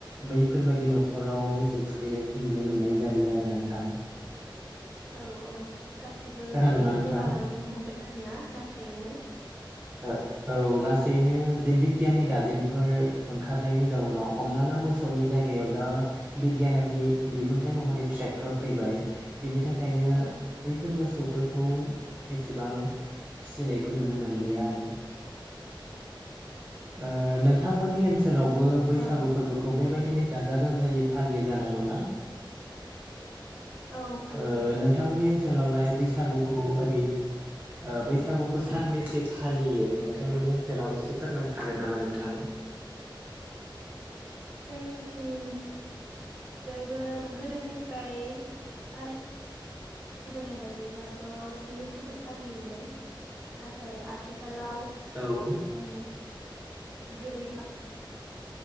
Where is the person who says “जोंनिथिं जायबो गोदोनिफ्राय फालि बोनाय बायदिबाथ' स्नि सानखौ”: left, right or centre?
Centre